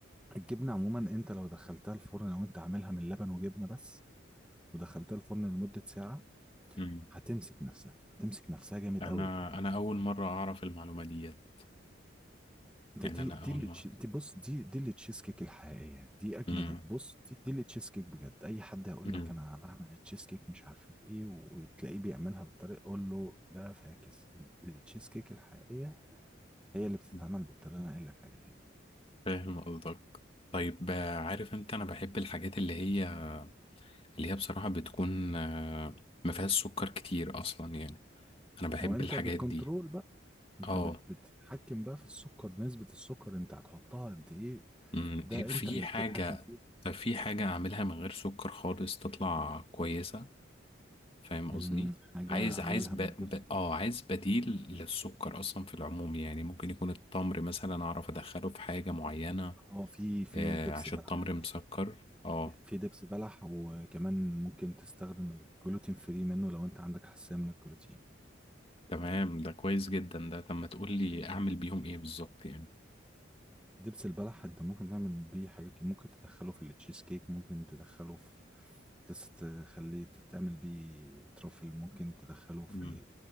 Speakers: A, in the centre; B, on the left.
A: الجبنة عموما أنت لو دخلتها الفرن أو أنت عاملها من لبن وجبنة بس ودخلتها الفرن لمدة ساعة
B: امم
A: هتمسك نفسها هتمسك نفسها جامد
B: انا
A: قوي كمان
B: انا اول مره اعرف المعلومه ديت
A: ده
B: يعني
A: دي
B: انا
A: دي
B: اول
A: اللي
B: مره
A: تش- دي بص دي دي اللي تشيز كيك الحقيقيه دي اجمد
B: امم
A: بص دي دي اللي تشيز كيك بجد اي حد هيقول
B: امم
A: لك انا بعمل التشيز كيك مش عارفه ايه وتلاقيه بيعملها بالطريقه قول له ده فاكس ال- التشيز كيك الحقيقيه هي اللي بتتعمل
B: أمم.
A: بالطريقه اللي انا قايل لك عليها دي
B: فاهم قصدك طيب آه، عارف انت انا بحب الحاجات اللي هي اللي هي بصراحه بتكون آه، ما فيهاش سكر كتير اصلا يعني انا بحب
A: ما هو انت
B: الحاجات
A: بالكنترول
B: دي
A: بقى انت
B: اه
A: بت- بتتحكم بقى في السكر نسبه السكر انت هتحطها قد ايه
B: أمم.
A: ده
B: في
A: انت اللي
B: حاجه
A: بتتحكم فيه
B: طب في حاجه اعملها من غير سكر خالص تطلع كويسه فاهم قصدي
A: أمم، حاجه
B: عايز
A: اعملها
B: عايز ب...
A: من
B: ب...
A: غير سكر.
B: اه عايز بديل للسكر اصلا في العموم يعني ممكن يكون التمر مثلا اعرف ادخله في حاجه معينه
A: هو في في
B: آه
A: دبس
B: عشان
A: بلح
B: تمر مسكر اه
A: في دبس بلح وكمان ممكن تستخدم الجلوتين فري منه لو انت عندك حساسية من الجلوتين
B: تمام ده كويس جدا ده طب ما تقول لي اعمل بيهم ايه بالظبط يعني
A: دبس البلح انت ممكن تعمل بيه حاجات كتير. ممكن تدخله في التشيز كيك ممكن تدخله في تس- تخليه تعمل بيه ترافل ممكن تدخله في
B: مم.
A: ال...